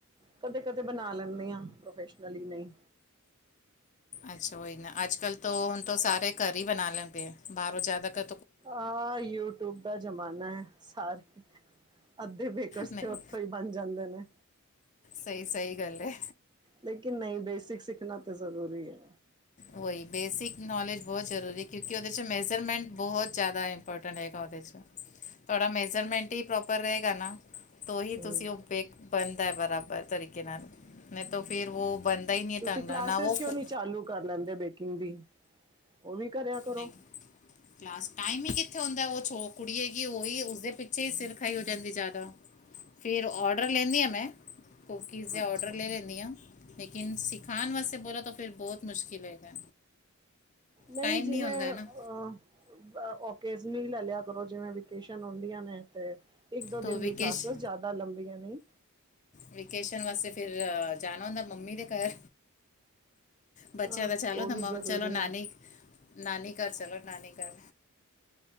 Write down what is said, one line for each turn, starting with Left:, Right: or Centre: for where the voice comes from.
Right: ਕਦੇ-ਕਦੇ ਬਣਾ ਲੈਂਣੀ ਆਂ ਪ੍ਰੋਫੈਸ਼ਨਲੀ ਨਈ
Left: ਅੱਛਾ ਉਹੀ ਨਾ ਅੱਜ ਕੱਲ੍ਹ ਤਾਂ ਹੁਣ ਤਾਂ ਸਾਰੇ ਘਰ ਹੀ ਬਣਾ ਲੈਂਦੇਏ ਆ ਬਾਰੋਂ ਜਾਦਾ ਘ
Right: ਆਹ ਯੂਟਿਊਬ ਦਾ ਜ਼ਮਾਨਾ ਹੈ ਸਾਰੇ ਅੱਧੇ ਬੇਕਰਸ
Left: ਨਹੀਂ
Right: ਤੇ ਉੱਥੋਂ ਹੀ ਬਣ ਜਾਂਦੇ ਨੇ।
Left: ਸਈ-ਸਈ ਗੱਲ ਏ।
Right: ਲੇਕਿਨ ਨਹੀਂ ਬੇਸਿਕ ਸਿੱਖਣਾ ਤਾਂ ਜ਼ਰੂਰੀ ਹੈ।
Left: ਉਹੀ ਬੇਸਿਕ ਨੌਲੇਜ ਬਹੁਤ ਜ਼ਰੂਰੀ ਕਿਉਂਕਿ ਉਹਦੇ 'ਚ ਮੈਜਰਮੈਂਟ ਬੋਤ ਜਾਦਾ ਇੰਪੋਰਟੈਂਟ ਹੈਗਾ ਉਹਦੇ 'ਚ ਤੁਹਾਡਾ ਮੇਜਰਮੈਂਟ ਹੀ ਪ੍ਰੋਪਰ ਰਹੇਗਾ ਨਾ। ਤੋਂ ਹੀ
Right: ਹਮ,
Left: ਤੁਸੀਂ ਓ ਬੇਕ ਬਣਦਾ ਹੈ ਬਰਾਬਰ ਤਰੀਕੇ ਨਾਲ ਨਈ ਤਾਂ ਫੇਰ ਓ ਬਣ ਦਾ ਨਈ
Right: ਤੁਸੀਂ
Left: ਢੰਗ
Right: ਕਲਾਸਿਸ
Left: ਨਾਲ ਨਾ ਓ ਫੋ
Right: ਕਿਉਂ ਨਹੀਂ ਚਾਲੂ ਕਰ ਲੈਂਦੇ ਬੇਕਿੰਗ ਦੀ ਓ ਵੀ ਕਰਿਆ ਕਰੋ।
Left: ਨਹੀਂ ਕਲਾਸ ਟਾਈਮ ਹੀ ਕਿੱਥੇ ਹੁੰਦਾ ਓ ਕੁੜੀ ਹੇਗੀ ਹੀ ਓ ਉਹੀ ਉਸਦੇ ਪਿੱਛੇ ਹੀ ਸਿਰ ਖਾਈ ਜਾਂਦੀ ਜਾਦਾ ਫਿਰ ਆਡਰ ਲੈਂਣੀ ਮੈਂ ਕੂਕੀਜ਼ ਦੇ ਆਡਰ
Right: ਅੱਛਾ
Left: ਲੈ ਲੈਂਣੀ ਆਂ। ਲੇਕਿਨ ਸਿਖਾਣ ਵਾਸਤੇ ਬੋਲਾ ਤਾਂ ਫਿਰ ਬਹੁਤ ਮੁਸ਼ਕਿਲ ਹੈਗਾ।
Right: ਨਈ
Left: ਟਾਈਮ
Right: ਜਿਵੇਂ
Left: ਨਹੀਂ ਹੁੰਦਾ ਹੈ ਨਾ
Right: ਅਂ ਓਕੇਜ ਲੈ ਲਿਆ ਕਰੋ ਜਿਵੇਂ ਵੇਕੇਸ਼ਨ ਹੁੰਦੀਆਂ ਨੇ ਤੇ ਇੱਕ ਦੋ ਦਿਨ
Left: ਤਾਂ ਵਿਕੇਸ਼
Right: ਦੀ ਕਲਾਸਿਸ ਜਾਦਾ ਲੰਬੀਆਂ ਨਈ
Left: ਵੇਕੇਸ਼ਨ ਵਾਸਤੇ ਫਿਰ ਜਾਣਾ ਹੁੰਦਾ ਮੰਮੀ ਦੇ ਘਰ ਬੱਚਿਆਂ
Right: ਹਾਂ
Left: ਦਾ ਚਲੋ
Right: ਉਹ ਵੀ
Left: ਤੇ ਮੰ
Right: ਜ਼ਰੂਰੀ
Left: ਚਲੋ ਨਾਨੀ-ਨਾਨੀ
Right: ਹੈ
Left: ਘਰ ਚਲੋ ਨਾਨੀ ਘਰ